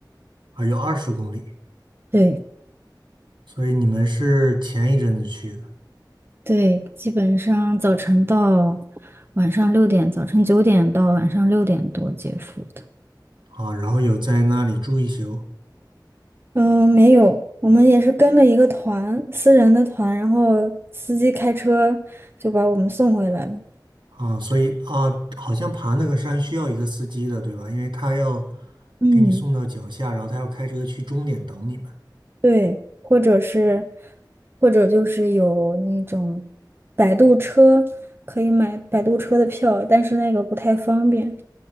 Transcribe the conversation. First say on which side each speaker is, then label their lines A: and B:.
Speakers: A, on the right (about 80°); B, on the right (about 30°).
A: 还有二十公里，
B: 对。
A: 所以你们是前一阵子去的。
B: 对，基本上早晨到晚上六点，早晨九点到晚上六点多结束的。
A: 啊，然后有在那里住一宿
B: 嗯，没有，我们也是跟了一个团，私人的团，然后司机开车就把我们送回来了。
A: 啊，所以啊，好像爬那个山需要一个司机的，对吧？因为他要
B: 嗯，
A: 给你送到脚下，然后他要开车去终点等你们
B: 对，或者是，或者就是有那种摆渡车，可以买摆渡车的票，但是那个不太方便，